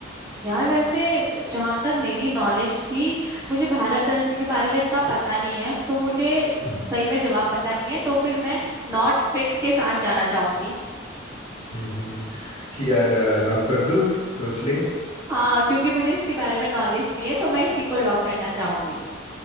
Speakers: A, on the right; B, on the left.
A: यार वैसे जहां तक मेरी नॉलेज थी मुझे भारत रत्न के बारे में इतना पता नहीं है तो मुझे
B: हम्म
A: सही में जवाब पता नहीं है तो फिर मैं नॉट फिक्स के साथ जाना चाहूंगी
B: हम्म हम्म। यार लॉक कर दूं सोच ले
A: हाँ क्योंकि मुझे इसके बारे में नॉलेज नहीं है तो मैं इसी को लॉक करना चाहूंगी